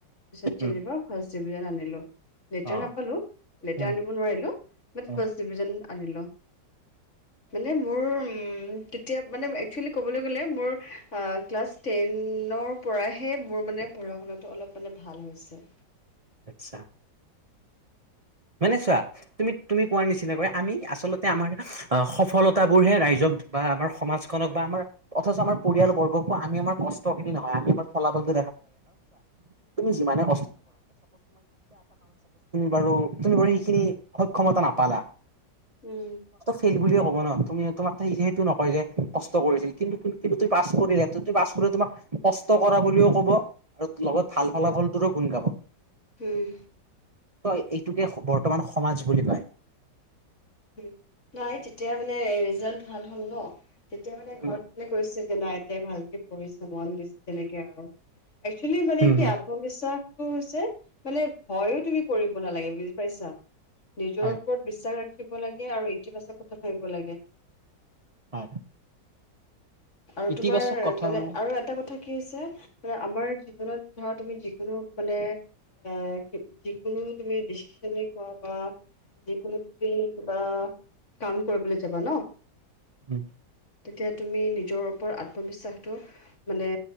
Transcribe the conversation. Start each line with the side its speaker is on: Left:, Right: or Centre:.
Left: পিছত
Right: উম,
Left: যেনিবা ফাৰ্ষ্ট ডিভিজন আনিলো। লেটাৰ
Right: অ',
Left: নাপালো লেটাৰ
Right: উম,
Left: আনিব নোৱাৰিলো
Right: উম।
Left: ফাৰ্ষ ডিভিজন আনিলো মানে মোৰ উ তেতিয়া মানে একচুৱেলি ক'বলৈ গ'লে মোৰ ক্লাছ টেনৰ পৰাহে মোৰ মানে পঢ়া শুনাতটো অলপ মানে ভাল হৈছে।
Right: আচ্ছা। মানে চোৱা তুমি তুমি কোৱাৰ নিচিিননাাক আমি আচলতে আমাৰ আহ সফলতাাবোৰ হে ৰাইজৰ বা আমাৰ সমাজখনক বা আমাৰ অথচ আমাৰ পৰিয়ালবৰ্গক বাো আমি আমাৰ কষ্ট খিনি নহয় আমি আমাৰ ফলাফল ল তু যি না এুি বাৰু <unintelligible> তুমি বাৰ সেইখিনি সক্ষমতা নাপালা।
Left: উম।
Right: ফাইল বুলিয়ে ক'ব ন তুমি তোমাক সেইটো নকয় যে কষ্ট কৰিছিল কিন্তু তু পাছ কৰিলে। তোমাক কষ্ট কৰা বুলিও ক'ব আৰু লগত ভাল ফলাফলটোৰো গুণ গাব।
Left: হম।
Right: তই এইটোকে বৰ্তমান সমাজ বুলি কয়।
Left: উ নাই তেতিয়া মানে ৰিজাল্ট ভাল হ'ল ন। তেতিয়া মানে
Right: উম,
Left: ঘৰত মানে কৈছে যে নাই এাই ভালকে পঢ়িছ মন দিছে তেনেকে আৰু একচেলি মানে
Right: হম,
Left: কি
Right: হম।
Left: আত্মবিশ্বাস টো হৈছে, মানে ভয়ো তুমি কৰিব নালাগে বুজি পাইছা। নিজৰ
Right: হয়,
Left: ওপৰত বিশ্বাস ৰাখিব লাগে আৰু ইতিবাচক কথা ভাবিব লাগে।
Right: হয়।
Left: আৰু
Right: ইতিবাচক
Left: তোমাৰ
Right: কথাবোৰে
Left: মানে আৰু এটা কথা কি হৈছে মান আমাৰ জীৱনত ধৰ, তুমি যিকোনো মানে। আহ, যিকোনো তুমি ডিচিশনে কোৱা বা যিকোনো তুমি কিবা। কাম কৰিবলৈ যাবা ন।
Right: উম,
Left: তেতিয়া তুমি নি নিজৰ ওপৰত আত্মবিশ্বাসটো মানে